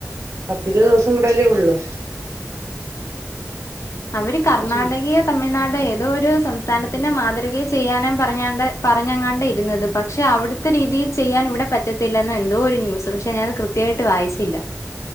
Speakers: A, on the right (about 70°); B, on the left (about 65°).
A: പത്തിരുപത് ദിവസം കൂടെല്ലേ ഉള്ളു
B: അവര് കർണാടകയോ
A: പക്ഷെ
B: തമിഴ്നാട് ഏതോ ഒരു സംസ്ഥാന ത്തിന്റെ മാതൃകയി ചെയ്യാനും പറഞാണ്ട് പറഞ്ഞെങ്ങാണ്ട് ഇരുന്നത് പക്ഷെ അവിടുത്തെ രീതിയിൽ ചെയ്യാൻ ഇവിടെ പറ്റ ത്തില്ലെന്ന എന്തോ ഒരു ന്യൂസ് പക്ഷെ ഞാൻ അത് കൃത്യവായിട്ട് വായിച്ചില്ല